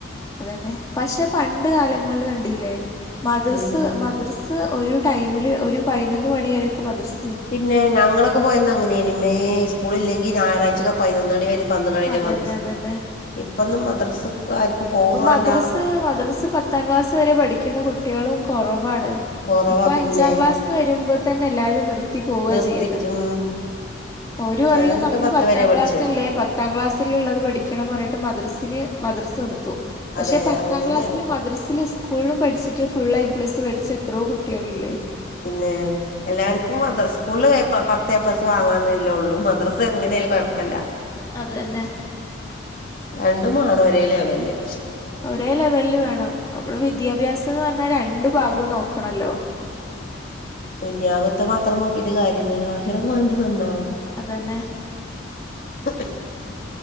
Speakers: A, on the left; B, on the left.
A: അതന്നെ പക്ഷെ പണ്ട് കാലങ്ങളിൽ കണ്ടില്ലേ മദ്രസ്
B: ഉം
A: മദ്രസ് ഒരു ടൈമില് ഒരു പതിനൊന്ന് മണിയരക്കെ മദർസ്
B: പിന്നെ ഞങ്ങളൊക്കെ പോയന്ന അങ്ങനെ ഇമേ സ്കൂള ഇില്ലെങ്കിൽ ഞായറാഴ്ചക്കെ പതിനൊന്ന് മണി വരെ പന്ത്ര
A: അതന്നെ
B: മദ്രസ്
A: അതന്നെ
B: ഇപ്പൊന്നും മദ്രസക്ക് ആർക്കും പോവും
A: ഇപ്പൊ
B: വേണ്ട
A: മദ്രസ് മദ്രസ് പത്താം ക്ലാസ് വരെ പഠിക്കുന്ന കുട്ടികളും കുറവാണ്
B: കൊറവാ
A: ഇപ്പൊ
B: പിന്നെ
A: അഞ്ചാം ക്ലാസ് വരുമ്പോ തന്നെ എല്ലാരും നിർത്തി പോവ
B: നിർത്തിട്ടും
A: ചെയ്യുന്ന ഒരു അറിയും
B: ഞാനൊക്കെ
A: നമ്മള്
B: പത്ത്
A: പത്താം
B: വരെ പഠിച്ചത്
A: ക്ലാസ്ല്ലേ പത്താം ക്ലാസ്സൽള്ളത് പഠിക്കണംന്ന് പറഞ്ഞിട്ട് മദ്രസിന് മദ്രസ് നിർത്തു പക്ഷെ
B: അതെ
A: പത്താം
B: അങ്ങനെന്നെയാണ്
A: ക്ലാസ്സിില് മദ്രസൽ സ്ക് സ്കൂളിലും പഠിച്ചിട്ട് ഫുൾ ഐ പ്ലസ് പഠിച്ച എത്രോ കുട്ടികളില്ലേ
B: പിന്നെ എല്ലാർക്കും അത്ര സ്കൂള് പത്തേ പ്ലസ് വാങ്ങാന്നില്ലേള്ളൂ മദ്ര എങ്ങനെയാലും കുഴപ്പമില്ല
A: അതന്നെ
B: രണ്ടും മണഓരെ ലെവല്ല്
A: ഒരേ ലെവലിൽ വേണം നമ്മുടെ വിദ്യാഭ്യാസം എന്ന് ര ണ്ടു ഭാഗം നോക്കണല്ലോ
B: ദുന്യവിതെ മാത്രം നോക്കിട്ട് കാര്യമല്ലല്ലോ
A: അതന്നെ
B: <unintelligible> നന്നാവ്